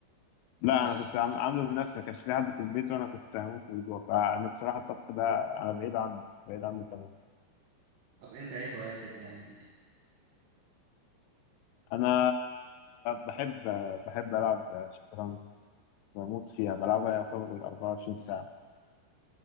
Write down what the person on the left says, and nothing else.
لا
انا كنت عام- عامله لنفسي ما كانش في حد في البيت وانا كنت هموت من الجوع فانا بصراحه الطبخ ده انا بعيد عنه بعيد عنه تمام
انا بحب بحب العب شطرنج بموت فيها بلعبها يعتبر 24 ساعه